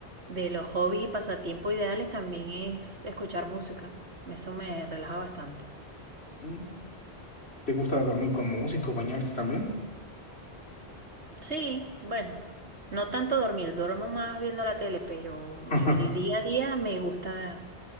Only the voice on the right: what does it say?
de los hobbies y pasatiempos ideales también es escuchar música. Eso me relaja bastante.
Sí, bueno, no tanto dormir, duermo más viendo la tele, pero
en el día a día me gusta